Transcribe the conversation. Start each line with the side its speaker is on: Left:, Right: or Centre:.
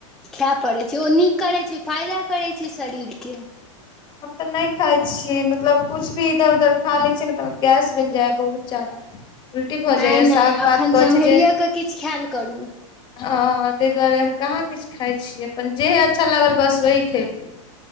Centre: खाय पड़ैत छै ओ नीक करैत छै फायदा करैत छै शरीरके
Left: हम तऽ नहि खाइ छीयै मतलब कुछ भी इधर उधर खा लै छीयै ने तऽ गैस बनि जाय ह बहुत जादा उल्टी भऽ
Centre: नहि
Left: जाइ य
Centre: नहि
Left: साग
Centre: एखन
Left: पात कह
Centre: सम्हरिए
Left: छै जे
Centre: कऽ किछु खायल करू
Left: हँ ताहि दुआरे हम कहाँ किछु खाइ छीय अपन जेहे अच्छा लागल बस ओही खली